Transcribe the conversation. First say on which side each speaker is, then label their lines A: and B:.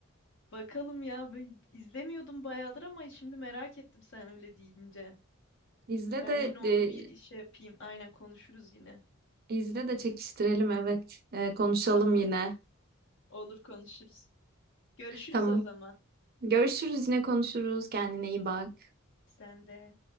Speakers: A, on the left (about 60°); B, on the right (about 45°).
A: Bakalım ya ben izlemiyordum bayağıdır ama şimdi merak ettim sen öyle deyince.
B: <laughs> İzle
A: Ben
B: de,
A: yine
B: de-
A: onu bir şey yapayım. Aynen konuşuruz yine.
B: izle de çekiştirelim evet. E, konuşalım
A: Tamam
B: yine.
A: olur konuşuruz. Görüşürüz
B: Tamam.
A: o zaman.
B: Görüşürüz yine konuşuruz. Kendine iyi bak.
A: Sen de.